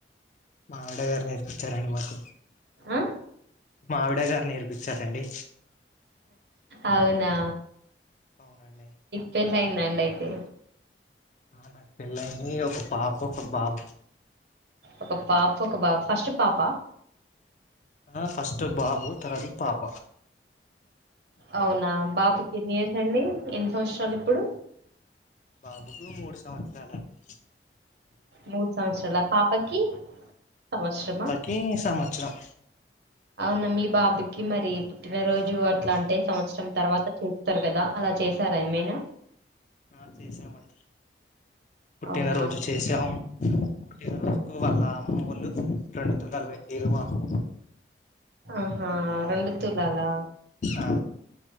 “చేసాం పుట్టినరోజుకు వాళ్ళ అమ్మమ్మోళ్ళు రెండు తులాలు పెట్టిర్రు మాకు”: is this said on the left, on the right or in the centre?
Left